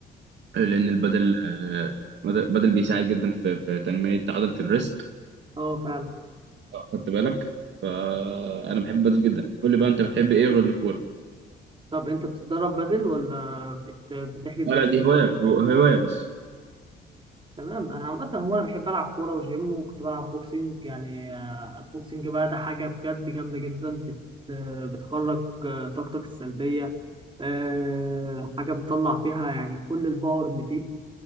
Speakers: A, on the right; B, on the right.
A: لأن البدل آه، بدل بيساعد جدا في في تنمية عضلة الريست
B: اه فعلا
A: خدت بالك فأنا بحب بدل جدا قول لي بقى أنت بتحب إيه غير الكورة؟
B: طب انت بتتدرب بدل ولا بت... بتحجز
A: آه،
B: بس
A: لا دي هواية هواية بس
B: تمام انا عامه هو انا بحب العب كوره وجيم وكنت بلعب بوكسنج يعني آه، البوكسنج بقى ده حاجه بجد جامده جدا بت... آه، بتخرج آه، طاقتك السلبيه آه، حاجه بتطلع فيها يعني كل الباور اللي فيك